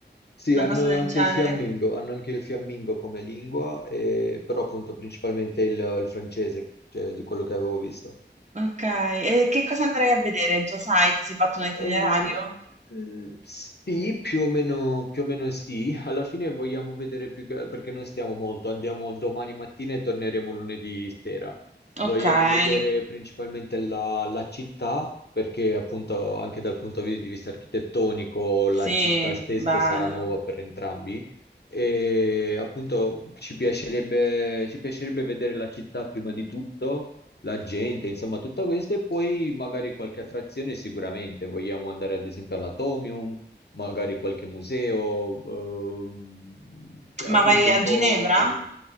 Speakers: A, on the left (about 60°); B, on the right (about 40°).
A: Sì,
B: una
A: hanno
B: cosa del
A: anche
B: genere.
A: il fiammingo, hanno anche il fiammingo come lingua, e- però appunto principalmente il, il francese, cioè di quello che avevo visto.
B: Okay, e che cosa andrai a vedere? Già sai, ti sei fatto un
A: Eh,
B: itinerario?
A: mm, sì, più o meno, più o meno sì. Alla fine vogliamo vedere più che... perché non stiamo molto. Andiamo domani mattina e torneremo lunedì sera.
B: Okay,
A: Vogliamo vedere principalmente la, la città, perché appunto anche dal punto di vista architettonico la
B: sì,
A: città stessa
B: bello.
A: sarà nuova per entrambi. E appunto ci piacerebbe, ci piacerebbe vedere la città prima di tutto la gente, insomma, tutta questa e poi magari qualche attrazione sicuramente. Vogliamo andare ad esempio all'Atomium, magari qualche museo, ehm, cioè appunto
B: Ma vai a
A: un po',
B: Ginevra?
A: un po' que-